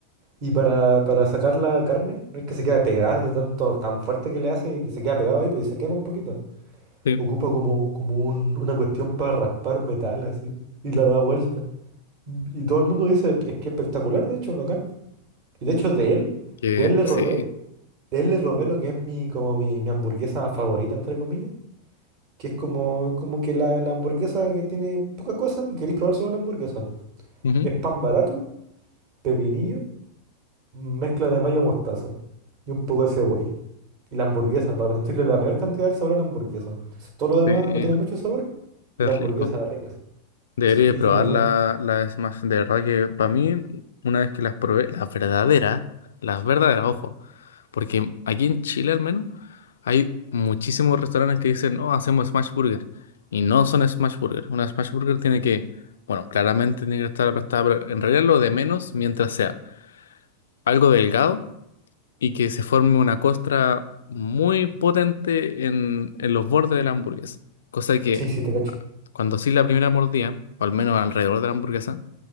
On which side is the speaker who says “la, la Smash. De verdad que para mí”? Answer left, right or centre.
Left